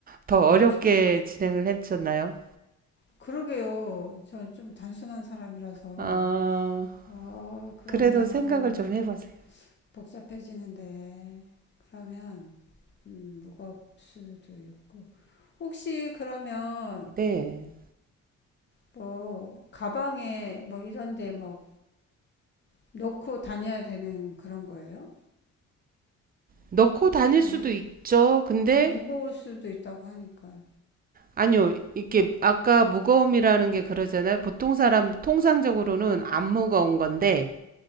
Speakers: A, on the right; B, on the left.
A: 더 어렵게
B: 뭐지?
A: 진행을 해주셨나요?
B: 그러게요. 저 좀 단순한 사람이라서.
A: 아,
B: 어, 그러면,
A: 그래도 생각을 좀 해보세요.
B: 복잡해지는데 그러면 음, 무거울 수도 있고 혹시 그러면
A: 네.
B: 뭐 가방에 뭐 이런데 막 넣고 다녀야 되는 그런 거예요?
A: 넣고 다닐
B: 좀
A: 수도
B: 무,
A: 있죠. 근데
B: 무거울 수도 있다고 하니까
A: 아니요, 이게 아까 무거움이라는 게 그러잖아요. 보통 사람 통상적으로는 안 무거운 건데